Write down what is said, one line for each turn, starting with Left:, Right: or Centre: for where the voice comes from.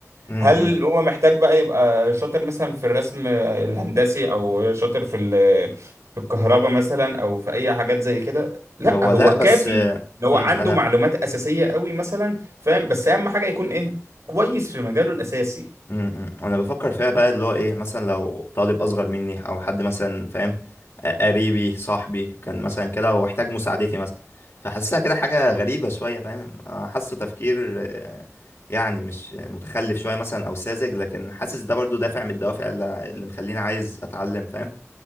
Left: مم،
Right: هل
Left: مم.
Right: هو محتاج بقى يبقى شاطر مثلا في الرسم الهندسي او شاطر في ال- في الكهرباء مثلا او في اي حاجات زي كده لا
Left: هو
Right: هو
Left: لا بس
Right: كافي ان هو
Left: مم،
Right: عنده
Left: انا
Right: معلومات اساسية قوي مثلا فاهم بس اهم حاجة يكون ايه كويس في مجاله الاساسي
Left: امم انا بفكر فيها بقى اللي هو ايه مثلا لو طالب اصغر مني او حد مثلا فاهم آه، قريبي صاحبي كان مثلا كده واحتاج مساعدتي مثلا فحاسسها كده حاجة غريبة شوية فاهم آه، حاسه تفكير آه، يعني مش متخلف شوية مثلا او ساذج لكن حاسس ده برضو دافع من الدوافع اللي اللي مخليني عايز اتعلم فاهم